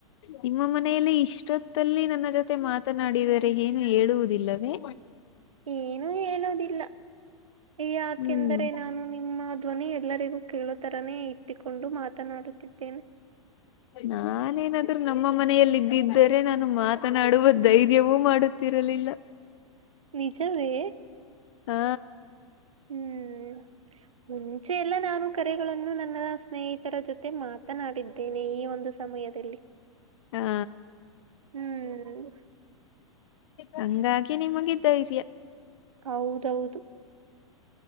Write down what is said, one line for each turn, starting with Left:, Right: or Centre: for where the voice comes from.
Left: ನಿಮ್ಮ ಮನೆಯಲ್ಲಿ ಇಷ್ಟೊತ್ತಲ್ಲಿ ನನ್ನ ಜೊತೆ ಮಾತನಾಡಿದರೆ ಏನು ಹೇಳುವುದಿಲ್ಲವೇ
Right: ಏನು ಹೇಳೋವುದಿಲ್ಲ ಯಾಕೆಂದರೆ
Left: ಹ್ಮ್
Right: ನಾನು ನಿಮ್ಮದು ಧ್ವನಿ ಎಲ್ಲರಿಗೂ ಕೇಳು ತರನೇ ಇಟ್ಟಿಕೊಂಡು ಮಾತನಾಡುತ್ತಿದ್ದೇನೆ
Left: ನಾನೇನಾದ್ರೂ ನಮ್ಮ ಮನೆಯಲ್ಲಿ ಇದ್ದಿದ್ದರೆ ನಾನು ಮಾತನಾಡುವ ಧೈರ್ಯವೂ ಮಾಡುತ್ತೆ ತಿರಲಿಲ್ಲ
Right: ನಿಜವೆ
Left: ಹಾ
Right: ಹ್ಮ್ ಮುಂಚೆ ಎಲ್ಲ ನಾನು ಕರೆಗಳನ್ನು ನನ್ನ ಸ್ನೇಹಿತ ಜೊತೆ ಮಾತನಾಡಿದ್ದೇನೆ ಈ ಒಂದು ಸಮಯದಲ್ಲಿ <inaudible>
Left: ಹಾ
Right: ಹ್ಮ್ ಹ್ಮ್
Left: ಹಂಗಾಗಿ ನಿಮಗೆ ಧೈರ್ಯ
Right: ಹೌದೌದು